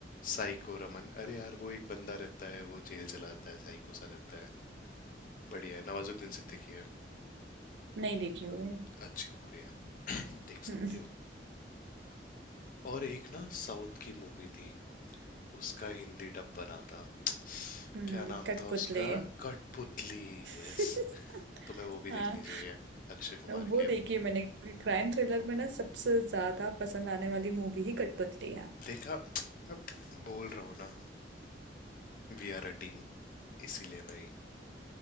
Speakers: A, on the left; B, on the right.
A: साइको रमन अरे यार वो एक बंदा रहता है वो जेल चलाता है साइको सा रहता है बढ़िया है नवाजुद्दीन सिद्दीकी है
B: नहीं देखी हुई
A: अच्छी मूवी है <clears throat> देख
B: है
A: सकते हो और एक ना साउथ की मूवी थी उसका हिंदी डब बना था
B: हम्म,
A: क्या नाम
B: कठपुतली
A: था उसका कठपुतली
B: <laughs>
A: यस तुम्हें वो भी
B: हाँ
A: देखनी चाहिए अक्षय कुमार
B: वो
A: की
B: देखी
A: अब
B: है मैंने क्राइम थ्रिलर में ना सबसे ज्यादा पसंद आने वाली मूवी ही कठपुतली है
A: देखा अब बोल रहा हूँ ना वी आर अ टीम इसीलिए भाई